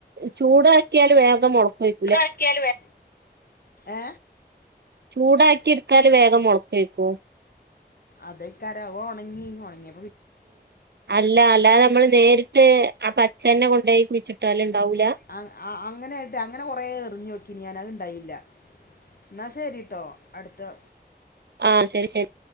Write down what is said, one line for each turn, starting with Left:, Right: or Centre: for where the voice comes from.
Right: ചൂടാക്കിയാല് വേഗം മുളക്കയി
Left: അക്കിയാല് വേ ഏ
Right: ചൂടാക്കി എടുത്താല് വേഗം മുളക്കയിരിക്കൊ
Left: അതെക്കാര ഓ ഒണങ്ങി ഒണങ്ങിയ.
Right: അല്ല അല്ലാതെ നമ്മള് നേരിട്ട് അ പച്ചനെ കൊണ്ടയി കുടിച്ചിട്ടാല് ഉണ്ടാവൂല.
Left: അങ് അ അങ്ങനെ ആയിട്ട് അങ്ങനെ കൊറേ എറിഞ്ഞു നോക്കി ഞാന് അത് ഇണ്ടായില്ല. എന്നാ ശരിട്ടോ അടുത്ത.
Right: ആഹ് ശരി ശരി